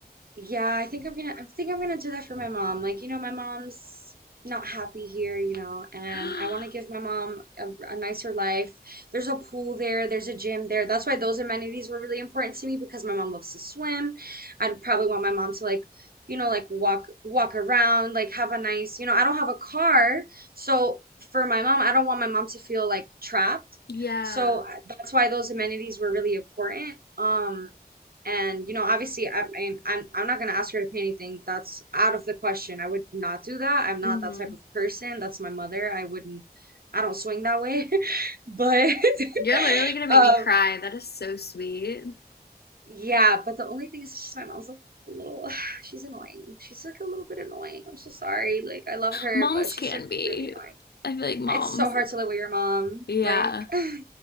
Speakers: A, on the right (about 65°); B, on the left (about 75°).
A: Yeah, I think I'm gonna I think I'm gonna do that for my mom. Like, you know, my mom's not happy here, you know, and
B: <gasps>
A: I want to give my mom a, a nicer life. There's a pool there, there's a gym there. That's why those amenities were really important to me because my mom loves to swim. I'd probably want my mom to like, you know, like walk walk around, like have a nice, you know, I don't have a car, so for my mom, I don't want my mom to feel like trapped.
B: Yeah.
A: So uh, that's why those amenities were really important. Um and you know, obviously, I mean, I'm I'm not gonna ask her to pay anything. That's out of the question. I would not do that. I'm not
B: hmm
A: that type of person. That's my mother. I wouldn't. I don't swing that way. <laughs> But
B: You're
A: <laughs>
B: literally gonna make
A: um,
B: me cry. That is so sweet.
A: yeah. But the only thing is, just my mom's a little. <sighs> She's annoying. She's like a little bit annoying. I'm so sorry. Like I love her,
B: Moms
A: but she's
B: can
A: like
B: be.
A: really annoying.
B: I feel like moms.
A: It's so hard to live with your mom.
B: Yeah.
A: Like. <laughs>